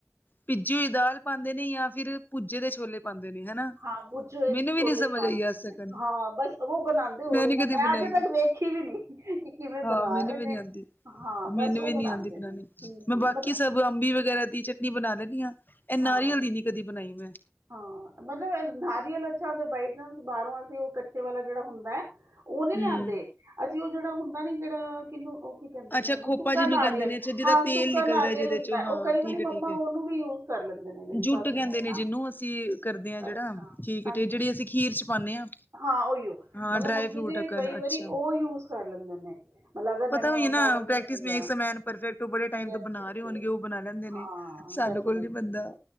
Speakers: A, on the left (about 35°); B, on the right (about 65°).
A: ਪਿੱਜੀ ਹੋਈ ਦਾਲ ਪਾਂਦੇ ਨੇ ਜਾਂ ਫਿਰ ਭੁੱਜੇ ਦੇ ਛੋਲੇ। ਪਾਂਦੇ ਨੇ ਹਨਾ
B: ਹਾਂ, ਬੁੱਜੋ ਹੋਏ
A: ਮੈਨੂੰ ਵੀ
B: ਛੋਲੇ
A: ਨੀ ਸਮਝ
B: ਈ ਪਾਂਦੇ
A: ਆਈ ਅੱਜ
B: ਨੇ,
A: ਤੱਕ
B: ਹਾਂ ਬਸ ਉਹ ਬਣਾਂਦੇ ਉਹੀ
A: ਨੀ
B: ਨੇ,
A: ਕਦੀ
B: ਮੈਂ
A: ਬਣਾਈ
B: ਅਜੇ ਤੱਕ ਵੇ, ਖੀ ਵੀ ਨੀ ਕਿ ਕਿਵੇਂ
A: ਹਾਂ
B: ਬਣਾ
A: ਮੈਨੂੰ
B: ਰੇ
A: ਵੀ ਨੀ
B: ਨੇ,
A: ਆਂਦੀ
B: ਹਾਂ ਬਸ
A: ਮੈਨੂੰ
B: ਉਹ
A: ਵੀ
B: ਬਣਾਂਦੇ
A: ਨੀ ਆਂਦੀ ਬਣਾਣੀ
B: ਨੇ, ਹੂੰ ਹੂੰ।
A: ਮੈਂ ਬਾਕੀ ਸਭ ਅੰਬੀ ਵਗੈਰਾ ਦੀ ਚਟਨੀ ਬਣਾ ਲੈਣੀ ਆ ਏ ਨਾਰੀਅਲ
B: ਹਾਂ
A: ਦੀ ਨੀ ਕਦੀ ਬਣਾਈ ਮੈਂ।
B: ਹਾਂ ਮਤਲਬ ਨਾਰੀਅਲ ਅੱਛਾ ਬਾਈ ਚਾਂਸ ਬਾਹਰੋਂ ਅਸੀਂ ਓ ਕੱਚੇ ਵਾਲਾ ਜਿਹੜਾ ਹੁੰਦਾ। ਓ ਨਹੀ
A: ਹੂੰ
B: ਲਿਆਂਦੇ ਅਸੀਂ ਉਹ ਜਿਹੜਾ ਹੁੰਦਾ ਨੀ ਜਿਹੜਾ ਕਿਨੂੰ ਓ ਕੀ ਕਹਿੰਦੇ
A: ਅੱਛਾ
B: ਨੇ ਉਹਨੂੰ
A: ਖੋਪਾ
B: ਸੁੱਕਾ
A: ਜਿਹਨੂੰ
B: ਨਾਰੀਅਲ
A: ਕਹਿੰਦੇ ਨੇ ਅੱਛਾ ਜਿਹਦਾ
B: ਹਾਂ
A: ਤੇਲ
B: ਸੁੱਕਾ
A: ਨਿਕਲਦਾ
B: ਨਾਰੀਅਲ
A: ਜਿਹਦੇ
B: ਹੁੰਦਾ
A: ਚੋਂ ਹਾਂ
B: ਓ ਕਈ ਵਾਰੀ
A: ਠੀਕ ਹੈ
B: ਮੰਮਾ
A: ਠੀਕ ਹੈ
B: ਉਹਨੂੰ ਵੀ ਯੂ ਕਰ ਲੈਂਦੇ ਨੇ ਮੇਰੀ
A: ਜੁੱਟ
B: ਸਾਸੂ
A: ਕਹਿੰਦੇ
B: ਮੋਮ
A: ਨੇ
B: ਨਾ।
A: ਜਿਹਨੂੰ ਅਸੀਂ ਕਰਦੇ ਆ ਜਿਹੜਾ,
B: ਅੱਛਾ
A: ਠੀਕ
B: ਹਾਂਜੀ
A: ਠੀਕ ਜਿਹੜੀ ਅਸੀਂ ਖੀਰ ਚ ਪਾਨੇ ਆ।
B: ਹਾਂ, ਉਹੀਓ
A: ਹਾਂ
B: ਮਤਲਬ
A: ਡਰਾਈ
B: ਮੰਮੀ
A: ਫਰੂਟ
B: ਤੇ
A: ਅਕਨ
B: ਕਈ
A: ਅੱਛਾ
B: ਵਾਰੀ ਓ ਯੂਜ ਕਰ ਲੈਂਦੇ ਨੇ। ਮਤਲਬ ਅਗਰ
A: ਪਤਾ
B: ਮੈਨੂੰ
A: ਹੋਈਏ ਨਾ
B: ਬਾਹਰੋਂ ਨਹੀਂ
A: ਪ੍ਰੈਕਟਿਸ
B: ਮਿਲਿਆ
A: ਮੇਕਸ ਏ ਮੈਨ ਪਰਫੈਕਟ ਬੜੇ ਟਾਈਮ
B: ਯੈਸ
A: ਤੋਂ ਬਣਾ
B: ਯੈਸ
A: ਰੇ ਹੋਣਗੇ।
B: ਯੈਸ
A: ਓ ਬਣਾ ਲੈਂਦੇ ਨੇ
B: ਹਾਂ
A: ਸਾਨੂੰ
B: ਡੈਫੀਨੇਟਲੀ
A: ਕੋਲ ਨੀ ਬਣਦਾ।